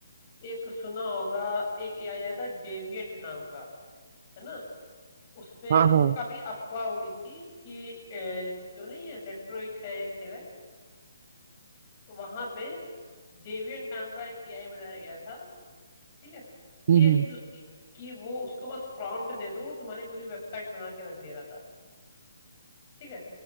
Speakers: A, on the left; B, on the right.
A: एक सुना होगा एक एआई आया था डेविएंट नाम का है ना उसपे
B: हाँ
A: वो
B: हाँ
A: कभी अफवाह उड़ी थी कि अ, जो नहीं है डेट्रॉइट है एक जगह वहां पे डेविएंट नाम का एक एआई बनाया गया था ठीक है
B: हम्म
A: ये
B: हम्म
A: न्यूज़ थी कि वो उसको बस प्रॉम्प्ट दे दो वो तुम्हारी पूरी वेबसाइट बना के रख दे रहा था ठीक है